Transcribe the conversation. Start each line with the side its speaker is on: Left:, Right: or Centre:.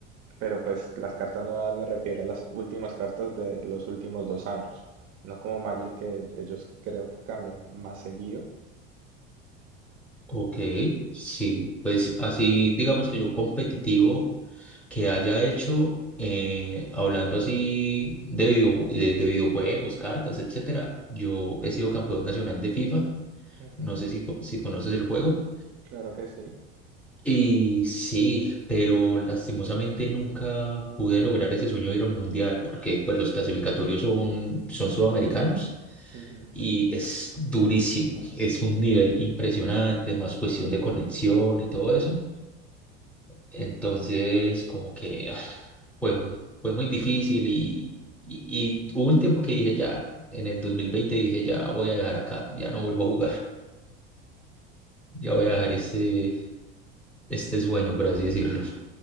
Right: Pero pues las cartas nuevas me refiero a las últimas cartas de los últimos dos años. No como Magic, que ellos creo que cambian más seguido.
Centre: Ok, sí, pues así digamos que yo competitivo. que haya hecho, eh, hablando así de, videoju- de, de videojuegos, cartas, etcétera. Yo he sido campeón nacional de FIFA,
Right: Ujú,
Centre: no sé si, co- si conoces el juego.
Right: claro que sí.
Centre: Y sí, pero lastimosamente nunca pude lograr ese sueño de ir a un mundial porque pues, los clasificatorios son, son sudamericanos
Right: Ujú.
Centre: y es durísimo, es un nivel impresionante, más cuestión de conexión y todo eso. Entonces, como que ah, fue, fue muy difícil y, y, y hubo un tiempo que dije ya, en el 2020 dije ya voy a dejar acá, ya no vuelvo a jugar, <laughs> ya voy a dejar ese, este sueño, por así decirlo.